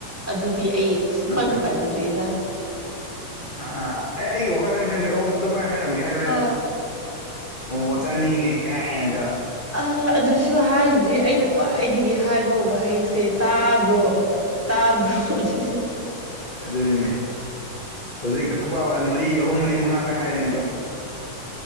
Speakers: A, in the centre; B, on the left.
A: ꯑꯗꯨꯗꯤ ꯑꯩ ꯁꯨꯞꯄꯟ
B: ꯑ
A: ꯄꯟꯗ꯭ꯔꯤꯗ
B: ꯑꯥ ꯑꯥ ꯑꯩ ꯑꯩꯒꯤ ꯋꯥꯈꯜ ꯍꯥꯏꯕꯅꯤꯅꯗ ꯑꯗꯨꯃꯥꯏꯅ ꯍꯥꯏꯔꯝꯒꯅꯤ ꯍꯥꯏꯕꯅꯤꯅ
A: ꯍꯣꯏ
B: ꯃꯣꯃꯣ ꯆꯥꯅꯤꯡꯉꯦ ꯀꯥꯏꯅꯒ
A: ꯑ ꯑꯗꯨꯁꯨ ꯍꯥꯏꯗ꯭ꯔꯤ ꯑꯩꯅ ꯈ꯭ꯋꯥꯏꯗꯒꯤ ꯍꯥꯏꯕ ꯋꯥꯍꯩꯁꯦ ꯇꯥꯕ꯭ꯔꯣ ꯇꯥꯕ꯭ꯔꯣꯁꯦ
B: ꯑꯗꯨꯅꯤꯅꯦ ꯍꯧꯖꯤꯛ ꯈꯛꯇꯐꯥꯎ ꯃꯔꯤ ꯑꯍꯨꯝ ꯃꯔꯤ ꯃꯉꯥꯔꯛ ꯍꯥꯏꯅꯤ ꯑꯗꯨꯝ